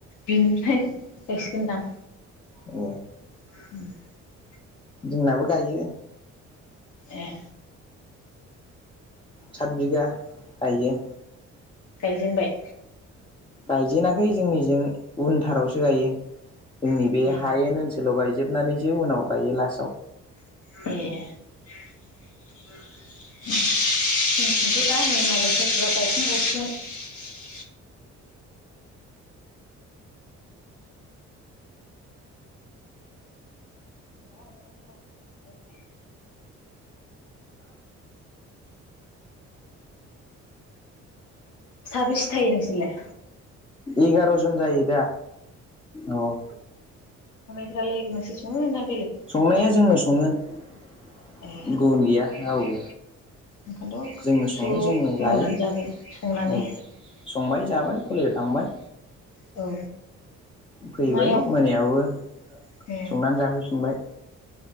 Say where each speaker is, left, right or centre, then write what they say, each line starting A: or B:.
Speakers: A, on the left (about 75°); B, on the left (about 15°).
A: बिनिफ्राय गायसिगोनदां।
B: औ।
A: <inaudible>
B: जोंनाबो गायो।
A: ए
B: सात बिगा गायो।
A: गायजेनबाय?
B: गायजेनाखै जोंनिजों उनथारावसो गायो। जोंनि
A: ए
B: बे हायेन ओनसोलाव गायजोबनानैसो उनाव गायो ला साव।
A: ए जोंनिथिं थ दा नै मालाय सोरबा सोरबा गायखां बावसिगोन। जा ओंखामनि आवाज खोनाजोब्बाय। साबेसे थायो नोंसोरलाय?
B: एगार' जन जायो दा। औ।
A: फ्रालाय नोंसोर सङोना
B: संनाया जोंनो सङो गुबुन
A: ए
B: गैया रावबो।
A: ओंखायनोथ'
B: जोंनो सङो
A: ज'
B: जोंनो जायो
A: मावनानै जाबो संनानै।
B: औ संबाय जाबाय कलेजाव थांबाय।
A: औ।
B: फैबाय
A: मायाव
B: मोनायावबो
A: ए
B: संनानै जाफैफिनबाय।